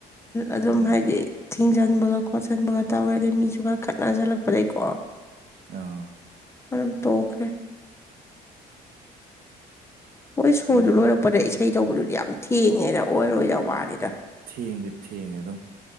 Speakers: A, on the right; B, on the left.
A: ꯎꯝ
B: ꯑꯗꯨꯝ ꯍꯥꯏꯗꯤ ꯊꯤꯡꯖꯟꯕꯒ ꯈꯣꯠꯆꯟꯕꯒ ꯇꯧꯔꯦ ꯑꯗꯩ ꯃꯤꯁꯨ ꯈꯔ ꯈꯠꯅꯖꯜꯂꯛꯄꯗꯒꯤꯀꯣ
A: ꯑꯥ
B: ꯑꯗꯨꯝ ꯇꯣꯛꯈꯦ ꯃꯣꯏ
A: ꯈꯪꯗꯦ
B: ꯁꯣꯗꯨ ꯂꯣꯏꯔꯛꯄꯗ ꯏꯁꯩ ꯇꯧꯕꯗꯨꯗꯤ ꯌꯥꯝ ꯊꯦꯡꯉꯦꯅ ꯑꯣꯏꯔꯣꯏꯗ ꯋꯥꯅꯤꯗ
A: ꯊꯦꯡꯗꯤ ꯊꯦꯡ ꯑꯦꯗꯝꯝ